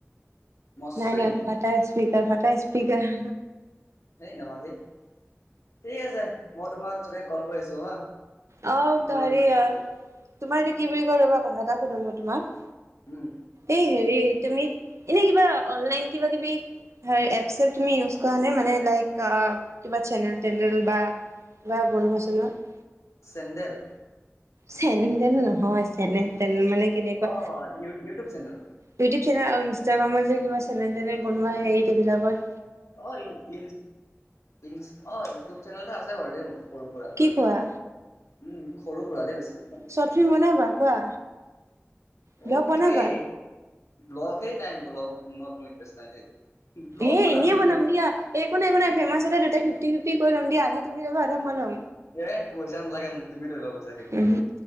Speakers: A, on the left (about 85°); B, on the right (about 75°).
A: মসৃণ
B: নাই নাই ফটা স্পিকাৰ ফটা স্পিকাৰ।
A: সেই নহয় সেই, ঠিক আছে মই তোমাক কল কৰি আছো হা।
B: আহ
A: মই
B: ত হেৰি, তোমাৰ এইটো কি বুলি কয় কথা এটা সোধো তোমাক।
A: উম
B: এই হেৰি তুমি এনে কিবা অনলাইন কিবা কিবি হয় এচ তুমি ইউজ কৰা নে মানে লাইক কিবা চেনেল তেনেল বা <unintelligible> <inaudible> বা বনোৱা চনোৱাত।
A: চেণ্ড্ৰেল?
B: চেনদেল নহয় চেনেল, মানে কেনেকুৱা
A: অ ইউ ইউটিউব চেনেল
B: ইউটিউব চেনেল আৰু ইনষ্টাগ্ৰামত যে কিবা চেনেল তেনেল বনোৱা সেইবিলাকত।
A: অ ই ই ই অ ইউটিউব চেনেল আছে বাৰু মোৰ সৰু-সুৰা
B: কি কোৱা
A: উম, সৰু সুৰাতে বেছি। মানে
B: চৰ্ট ফিল্ম বনাবা? কোৱা। ব্লগ
A: অ'কে
B: বনাবা
A: ব্লগ হেই টাইম ব্লগ মন মোৰ ইণ্ট্ৰেষ্ট নাই। ব্লগ
B: এ, এনেই
A: নেকি
B: বনাম দিয়া। একো নাই একো নাই, ফেমাছতে দুটাই ফিফট ফিফটি কৰি ল'ম, আধা তুমি লব আধা মই লম।
A: এ, পইচা নালাগে মোক, তুমি লৈ লবা পইচা। সেইটো
B: উ,